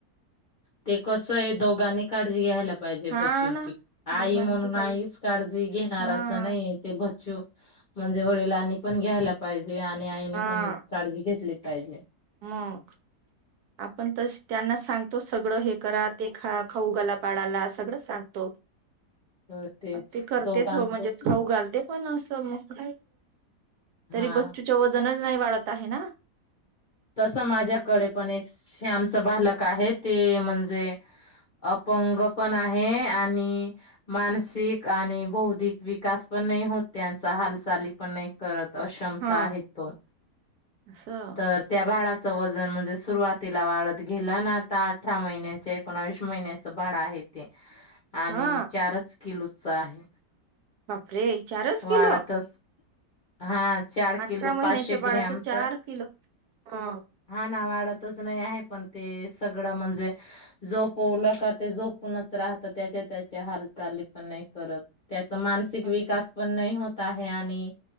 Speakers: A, on the left (about 50°); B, on the right (about 75°).
A: ते कस आहे दोघांनी काडजी घ्यायला पाहिजे
B: हा
A: बच्चूंची
B: ना
A: आई
B: दोघांची
A: म्हणून
B: काळजी
A: आईच काडजी घेणार,
B: हा
A: असं नाही ते बच चु म्हणजे वडिलांनी पण घ्यायला पाहिजे आणि आईने
B: हा
A: पण काळजी घेतली पाहिजे.
B: मग आपण तस त्यांना स सांगतो सगळं हे करा ते खा खाऊ घाला बाळाला सगळं सांगतो
A: तर तेच
B: ते करते
A: दोघांचच
B: थ म्हणजे खाऊ घालते पण असं मस्त
A: हा.
B: तरी बच्चूच वजनच नाही वाढत आहे ना?
A: तसं माझ्याकडे पण एक श्यामच बालक आहे ते म्हणजे अपंग पण आहे आणि मानसिक आणि बौधिक विकास पण नाही हो त्यांचा हालचाली पण नाही करत अशमता
B: हा
A: आहे तो
B: असं
A: तर त्या बाळाचं वजन म्हणजे सुरुवातीला वाढत गेलं ना, आता अठरा महिन्याचे कोेणा एकोणावीस महिन्याच बा कड आहे ते आणि
B: हा
A: चारच किलोच आहे
B: वापरे चारस
A: वाढतच
B: किलो?
A: हा चार
B: अठरा
A: किलो
B: महिन्याच्या
A: पाचशे
B: बाळाचं
A: ग्रॅम
B: चार
A: तर
B: किलो हा
A: हा ना वाड <unintelligible> नाही आहे पण ते सगड म्हणजे झोपवल का ते झोपनूच राहतं त्या हेच्या तेच्या हालचाली पण नाही करत त्याचा मानसिक विकास
B: असं
A: पण नाही होत आहे आणि